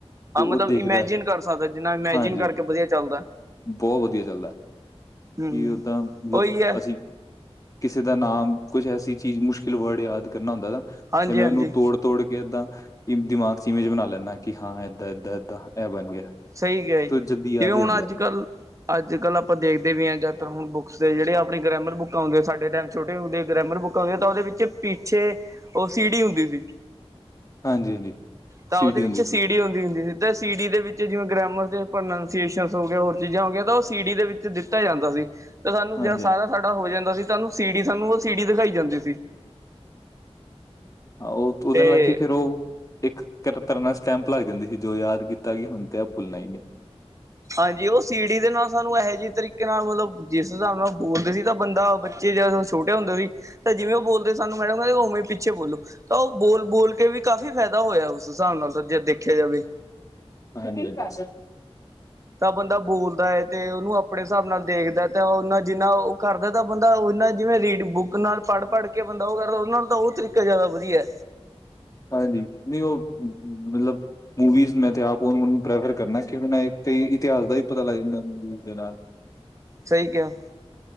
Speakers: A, on the right (about 30°); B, on the left (about 30°).
A: ਆਹ ਮਤਲਬ
B: ਦੇਖਦਾ
A: ਇਮੈਜਿਨ
B: ਹੈ।
A: ਕਰ ਸਕਦਾ। ਜਿੰਨਾ ਇਮੈਜਿਨ
B: ਹਾਂਜੀ
A: ਕਰਕੇ
B: ਹਾਂਜੀ
A: ਵਧੀਆ ਚੱਲਦਾ।
B: ਬਹੁਤ ਵਧੀਆ ਚੱਲਦਾ।
A: ਹਮ
B: ਕੀ ਓਦਾਂ ਮਤਲਬ
A: ਉਹੀ ਹੈ
B: ਅਸੀਂ ਕਿਸੇ ਦਾ ਨਾਮ ਕੁਛ ਐਸੀ ਚੀਜ਼, ਮੁਸ਼ਕਿਲ ਵਰਡ ਯਾਦ ਕਰਨਾ ਹੁੰਦਾ ਨਾ
A: ਹਾਂਜੀ
B: ਜਿਵੇਂ
A: ਹਾਂਜੀ
B: ਉਹਨੂੰ ਤੋੜ ਤੋੜ ਕੇ ਏਦਾਂ ਦਿਮਾਗ ਚ, ਇਵੇਂਜ ਬਣਾ ਲੈਂਦਾ ਕਿ ਹਾਂ ਇਏਦਾਂ - ਏਦਾਂ ਇਹ ਬਣ ਗਿਆ।
A: ਸਹੀ ਕਿਆ ਜੀ।
B: ਤੇ ਉਹ ਜਲਦੀ ਯਾਦ
A: ਜਿਵੇਂ ਹੁਣ
B: ਹੋ ਜਾਂਦਾ।
A: ਅੱਜ ਕੱਲ ਅੱਜ ਕੱਲ ਆਪਾਂ ਦੇਖਦੇ ਵੀ ਹਾਂ ਜਾਤਰ ਹੁਣ ਬੁੱਕਸ ਦੇ ਜਿਹੜੇ ਆਪਣੇ ਗ੍ਰਾਮਰ ਬੁੱਕਾਂ ਹੁੰਦੇ ਸਾਡੇ ਟੈਮ ਛੋਟੇ ਹੁੰਦੇ ਗ੍ਰਾਮਰ ਬੁੱਕ ਉਂਦੇ ਤਾਂ ਉਹਦੇ ਵਿੱਚ ਪਿੱਛੇ ਉਹ ਸੀੜੀ ਹੁੰਦੀ ਸੀ।
B: ਹਾਂਜੀ, ਹਾਂਜੀ
A: ਤਾਂ
B: ਸੀਡੀ
A: ਉਹਦੇ ਵਿੱਚ
B: ਹੁੰਦੀ
A: ਸੀੜੀ
B: ਸੀ।
A: ਹੁੰਦੀ ਹੁੰਦੀ ਸੀ ਤੇ ਸੀੜੀ ਦੇ ਵਿੱਚ ਜਿਵੇਂ ਗ੍ਰਾਮਰ ਦੇ ਪ੍ਰੋਨਾਸੀਏਸ਼ਨ ਹੋਗੇ ਹੋਰ ਚੀਜ਼ਾਂ ਹੋ ਗਈਆਂ ਤਾਂ ਉਹ ਸੀ ਡੀ ਦੇ ਵਿੱਚ ਦਿੱਤਾ ਜਾਂਦਾ ਸੀ। ਤੇ ਸਾਨੂੰ
B: ਹਾਂਜੀ,
A: ਜ ਸਾਰਾ
B: ਹਾਂਜੀ
A: ਸਾਡਾ ਹੋ ਜਾਂਦਾ ਸੀ ਸਾਨੂੰ ਸੀੜੀ ਸਾਨੂੰ ਉਹ ਸੀੜੀ ਦਿਖਾਈ ਜਾਂਦੀ ਸੀ।
B: ਆ ਉਹ ਉਹਦੇ
A: ਤੇ
B: ਨਾਲ ਕੇ ਫੇਰ ਉਹ ਇੱਕ ਤ ਤਰ੍ਹਾਂ ਨਾਲ ਸਟੈਂਪ ਲੱਗ ਜਾਂਦੀ ਸੀ ਜੋ ਯਾਦ ਕੀਤਾ ਕਿ ਹੁਣ ਤੇ ਆ ਭੁੱਲਣਾ ਹੀ ਨਹੀਂ।
A: ਹਾਂਜੀ ਉਹ ਸੀੜੀ ਦੇ ਨਾਲ ਸਾਨੂੰ ਇਹੇ ਜਿਹੇ ਤਰੀਕੇ ਨਾਲ ਮਤਲਬ ਜਿਸ ਹਿਸਾਬ ਨਾਲ ਬੋਲਦੇ ਸੀ ਤਾਂ ਬੰਦਾ ਚੇਜ਼ ਛੋਟੇ ਹੁੰਦੇ ਸੀ ਤਾਂ ਜਿਵੇਂ ਉਹ ਬੋਲਦੇ ਸਾਨੂੰ ਮੈਡਮ ਕਿੰਦੇ ਉਵੇਂ ਪਿੱਛੇ ਬੋਲੋ ਤਾਂ ਉਹ ਬੋਲ- ਬੋਲ ਕੇ ਵੀ ਕਾਫ਼ੀ ਫੈਦਾ ਹੋਇਆ ਉਸ ਹਿਸਾਬ ਨਾਲ ਤਾਂ ਜੇ ਦੇਖਿਆ ਜਾਵੇ
B: ਹਾਂ <unintelligible>
A: ਤਾਂ ਬੰਦਾ ਬੋਲਦਾ ਹੈ। ਤੇ ਉਹਨੂੰ ਆਪਣੇ ਹਿਸਾਬ ਨਾਲ ਦੇਖਦੈ ਤੇ ਉਹਨਾ ਜਿੰਨਾ ਉਹ ਕਰਦੈ ਤਾਂ ਬੰਦਾ ਉਹਨਾ ਜਿਵੇਂ ਰੀਡ ਬੁੱਕ ਨਾਲ ਪੜ੍ਹ- ਪੜ੍ਹ ਬੰਦਾ ਉਹ ਕਰਦਾ ਉਹਨਾਂ ਨੂੰ ਤਾਂ ਉਹ ਤਰੀਕਾ ਜ਼ਿਆਦਾ ਵਧੀਐ।
B: ਹਾਂਜੀ ਨਹੀਂ ਉਹ ਮਤਲਬ ਮੂਵੀਜ਼ ਮੈਂ ਤੇ ਆਪ ਉਹਨੂੰ ਪ੍ਰੈਫਰ ਕਰਨਾ ਕਿ ਇਤੇ ਇਤਿਹਾਸ ਦਾ ਹੀ ਪਤਾ ਲੱਗ ਜਾਂਦੈ ਮਵੀਜ਼ ਦੇ ਨਾਲ
A: ਸਹੀ ਕਿਹਾ।